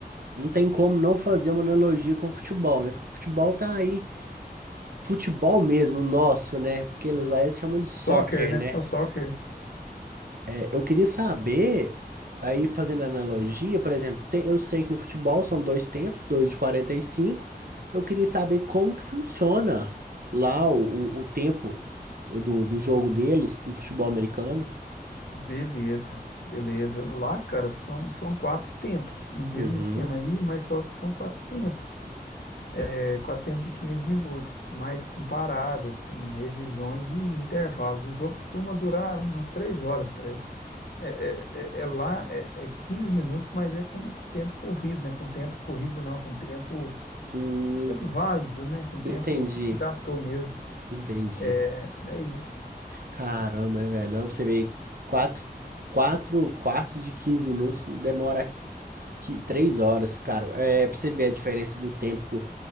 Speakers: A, on the right; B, on the left.
A: não tem como não fazer uma analogia com o futebol, né? Porque o futebol tá aí, futebol mesmo, nosso, né? Porque eles lá eles chamam de soccer,
B: Soccer, né?
A: né?
B: É o soccer.
A: É, eu queria saber, aí fazendo analogia, por exemplo, te- eu sei que no futebol são dois tempos, dois de quarenta e cinco Eu queria saber como que funciona lá o, o, o tempo do, do jogo deles, do futebol americano.
B: Beleza, beleza. Lá, cara, são, são quatro tempos, no mesmo
A: Uhum.
B: esquema aí, mas só que são quatro tempos. É, quatro tempos de 15 minutos, mas com paradas, com revisões e intervalos. O jogo costuma durar umas três horas, cara. É, é, é- é lá, é, é 15 minutos, mas é com, com tempo corrido, né? Com tempo corrido não, com tempo,
A: Hum,
B: tempo válido, né? Com tempo
A: entendi,
B: que gastou mesmo.
A: entendi.
B: É, é isso.
A: Caramba, é velho. Olha pra você ver, quatro, quatro quartos de 15 minutos demora que três horas, cara. É pra você ver a diferença do tempo